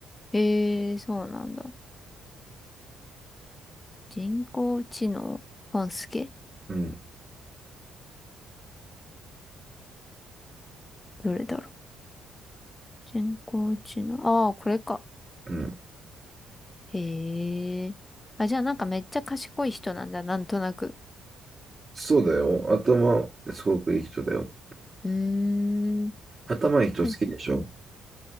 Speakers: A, on the left; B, on the right.
A: う。へえー、そうなんだ。人工知能トンスケ
B: うん、
A: どれだろう人工知能。ああ、これか。
B: うん。
A: へえ。あ、じゃあなんかめっちゃ賢い人なんだ、なんとなく。
B: そうだよ。頭、すごくいい人だよ。
A: うーん。
B: 頭いい人好きでしょ
A: はい